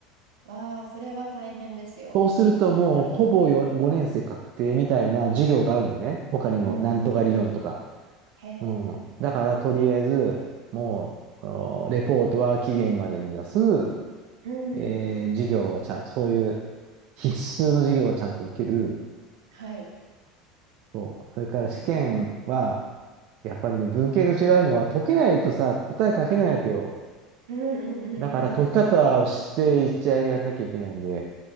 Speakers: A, on the right; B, on the right.
A: わあ、それは大変ですよ。
B: そうするともうほぼ5年生確定みたいな授業があるのね。
A: 落としちゃったら。
B: 他にもなんとか理論とか。
A: うんうん。へえ。
B: うん。だから、とりあえず、もう、おレポートは期限までに出す。
A: うんうん。
B: えー授業はちゃん、そういう必須の授業はちゃんと受ける。
A: はい。
B: そう。それから試験は、
A: うんうん
B: やっぱりね、文系と違うのは、解けないとさ、答え書けないわけよ。
A: うんうんうんうんう
B: だから、解き方を知って一応やんなきゃいけないんで、